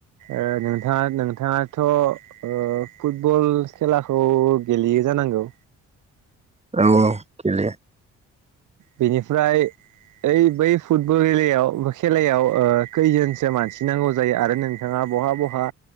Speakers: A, on the right; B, on the right.
A: ओ नोंथाङा नोंथाङाथ' ओ फुटब'ल खेलाखौ गेलेयो जान नांगौ।
B: औ औ गेलेयो।
A: बेनिफ्राय ओइ बै फुटबल गेलेयाव खेलायाव खैजोनसो मानसि नांगौ जायो आरो नोंथाङा बहा बहा